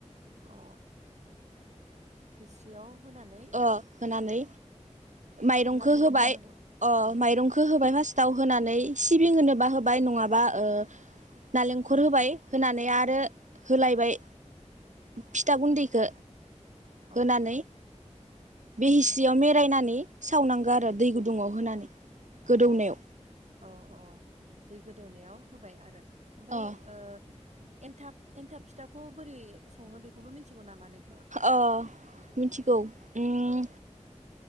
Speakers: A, on the right; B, on the right.
A: अ हिस्रियाव होनानै
B: ओ होनानै माइरंखो
A: खोबनानै
B: होबाय
A: दोनथ'नांगौ
B: अ
A: उम
B: माइरंखो होबाय फास टाव होनानै सिबिं होनोबा होबाय नङाबा ओ नालेंखर होबाय। होनानै आरो
A: उम
B: होलायबाय। फिथा गुन्दैखो
A: औ
B: होनानै बे
A: उम
B: हिस्रियाव मेरायनानै सावनांगो
A: उम
B: आरो दै गुदुङाव होनानै। गोदौनायाव
A: अ अ अ दै गोदौनायाव होबाय आरो ओमफाय
B: अ
A: ओ एन्थाब एन्थाब फिथाखौ बोरै सङो बेखौबो मिथिगौ नामा नों
B: अ मिथिगौ ओम
A: औ